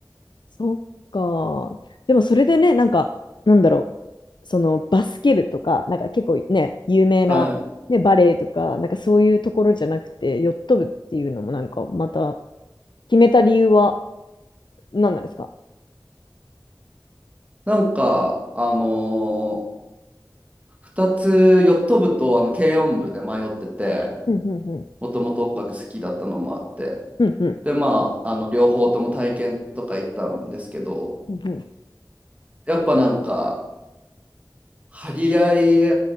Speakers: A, on the left; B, on the right.
A: そっか。でもそれでね、なんか、なんだろう、そのバスケ部とか、なんか結構ね、有名な、
B: はい。
A: ね、バレエとか、なんかそういうところじゃなくて、ヨット部っていうのもなんかまた決めた理由は何なんですか
B: なんか、あのー、2つ、ヨット部とあの軽音部で迷ってて、
A: うんうんうん。
B: もともと音楽好きだったのもあって。
A: うんうん。
B: で、まあ、あの、両方とも体験とか行ったんですけど、
A: うんうん。
B: やっぱなんか、張り合い、